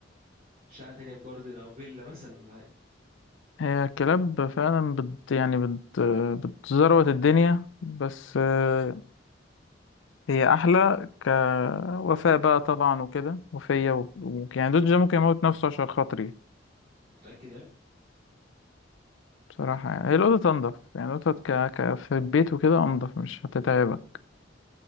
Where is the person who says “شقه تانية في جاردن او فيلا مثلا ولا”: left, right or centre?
Right